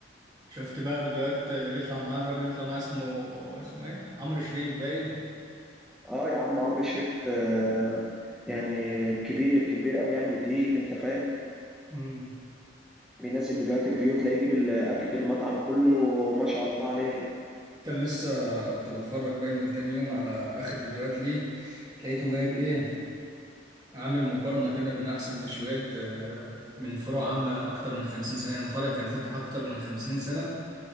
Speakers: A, on the right; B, in the centre.
A: شفت بقى فيديوهات اللي بيطلع معاه الراجل اللي بيطلع معاه اسمه اسمه ايه عمرو شريف باين
B: اه يا عم عمرو شريف آه يعني كبير كبير قوي يعني وتقيل انت فاهم
A: امم
B: بينزل فيديوهات ريفيو تلاقيه يجيب الاكل المطعم كله ما شاء الله عليه
A: كان لسه كنت بتفرج باين من كام يوم على آخر فيديوهات ليه لقيته جايب إيه عامل مقارنة كده من أحسن مشويات آه، من فروع عاملة أكتر من خمسين سنة يعني فرع كان فاتح أكتر من خمسين سنة